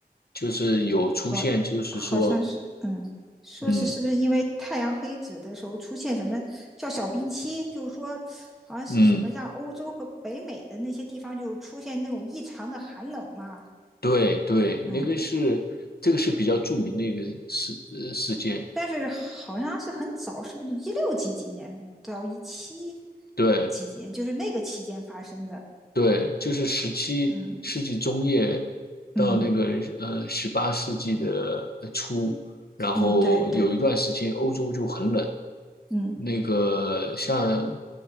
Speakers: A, on the left; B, in the centre.
A: 就是有出现，
B: 好，
A: 就是说，
B: 好像是，嗯，说是是不是因为太阳黑子的时候出现什么叫小冰期，
A: 嗯
B: 就是说好像是什么让欧洲和北美的那些地方就出现那种异常的寒冷嘛，
A: 嗯，对对，
B: 嗯，
A: 那个是这个是比较著名的一个事呃事件。
B: 但是好像是很早，是不是一六几几年到一七
A: 对，
B: 几几年，就是那个期间发生的，
A: 对，就是十七世纪中叶
B: 嗯
A: 到那个呃十八世纪的呃初，
B: 嗯
A: 然后有一段时间欧洲就很冷，
B: 嗯，对对，嗯
A: 那个像